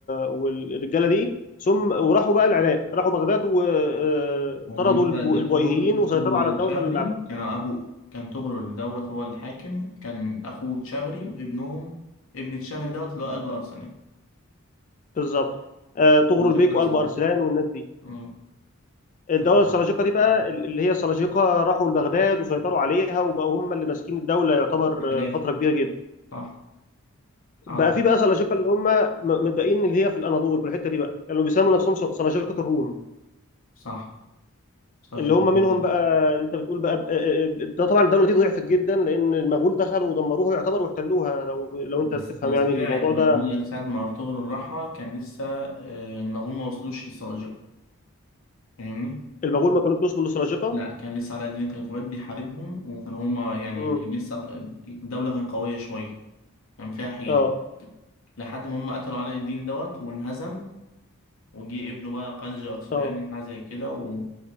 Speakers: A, on the left; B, on the left.
A: والرجاله دي ثم وراحوا بقى العراق راحوا بغداد وطردوا
B: هو بالنسبة لتغرل
A: البويهيين وسيطروا
B: تغرل
A: على الدوله
B: الشغري
A: العباسيه
B: كانوا أبو كان تغرل دوت هو الحاكم كان أخوه تشغري وابنهم ابن تشغري دوت اللي هو قلب أرسنال
A: بالظبط آه، طغروا
B: سلاجقة
A: البيك
B: العظام
A: وقلب ارسلان والناس دي
B: آه،
A: الدوله
B: بالظبط
A: السلاجقه دي بقى اللي هي السلاجقه راحوا لبغداد وسيطروا عليها وبقوا هم اللي ماسكين الدوله يعتبر
B: خلاف
A: آه، فتره كبيره جدا
B: صح عظم
A: بقى في بقى سلاجقه اللي هم م- متبقيين اللي هي في الاناضول في الحته دي بقى كانوا يعني بيسموا نفسهم سلاجقه الروم
B: صح سلاجقة
A: اللي هم منهم
B: العظام
A: بقى
B: صح.
A: اللي انت بتقول بقى آه، آه، آه، ده طبعا الدوله دي ضعفت جدا لان المغول دخلوا ودمروها يعتبر واحتلوها لو لو
B: بس
A: انت تفهم يعني الموضوع
B: ساعة ما
A: ده
B: بقول لك ساعة ما أرطغرل راحها كان لسه آه، المغول ما وصلوش للسلاجقة فاهمني؟
A: المغول ما كانوش وصلوا لسلاجقه
B: لا كان لسه علاء الدين كيقوباد بيحاربهم وكان هما يعني
A: امم
B: كان لسه الدولة كانت قوية شوية كان فيها حيل
A: اه
B: لحد ما هم قتلوا علاء الدين دوت وانهزم وجي ابنه بقى قنج أرسلان
A: اه
B: حاجة زي كده و...